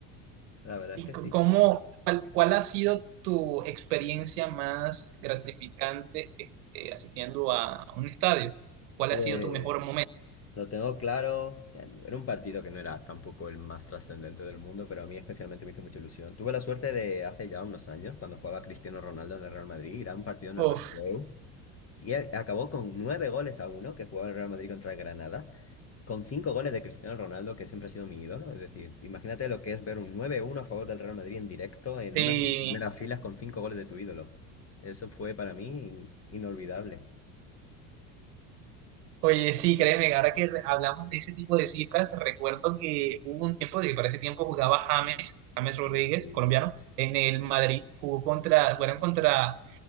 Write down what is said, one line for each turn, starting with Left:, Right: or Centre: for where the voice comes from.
Left: La verdad
Right: y
Left: es que sí.
Right: c- cómo, cuál, cuál ha sido tu experiencia más gratificante eh, eh, asistiendo a un estadio? ¿Cuál
Left: Pues
Right: ha sido tu mejor momento?
Left: Lo tengo claro. que Era un partido que no era tampoco el más trascendente del mundo, pero a mí especialmente me hizo mucha ilusión. Tuve la suerte de hace ya unos años, cuando jugaba Cristiano Ronaldo en el Real Madrid, ir a un partido en
Right: Uf,
Left: el Bernabéu y a- acabó con nueve goles a uno que jugaba el Real Madrid contra el Granada, con cinco goles de Cristiano Ronaldo, que siempre ha sido mi ídolo. Es decir, imagínate lo que es ver un nueve uno a favor del Real Madrid en directo en
Right: sí.
Left: unas primeras filas con cinco goles de tu ídolo. Eso fue para mí in- inolvidable.
Right: Oye, sí, créeme, que ahora que re- hablamos de ese tipo de cifras, recuerdo que hubo un tiempo, de que para ese tiempo jugaba James, James Rodríguez,
Left: Ay, sí.
Right: colombiano, en el Madrid, jugó contra, jugaron contra